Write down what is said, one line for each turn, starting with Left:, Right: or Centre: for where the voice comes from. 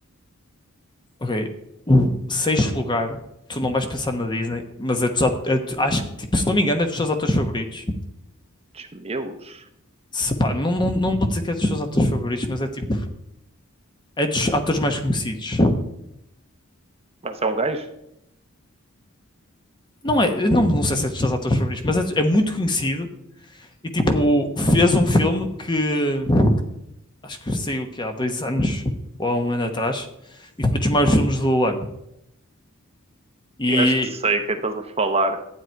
Left: Ok, o sexto lugar, tu não vais pensar na Disney, mas é dos ato- é do- acho que, tipo, se não me engano, é dos teus atores favoritos.
Right: Dos meus?
Left: Se pá, não, não, não vou dizer que é dos teus atores favoritos, mas é tipo, é dos atores mais conhecidos.
Right: Mas é um gajo?
Left: Não é, eu não, não sei se é dos teus atores favoritos, mas é, é muito conhecido E tipo, fez um filme que acho que saiu que há dois anos ou há um ano atrás e foi um dos maiores filmes do ano. E
Right: Eu acho que sei quem estás a falar.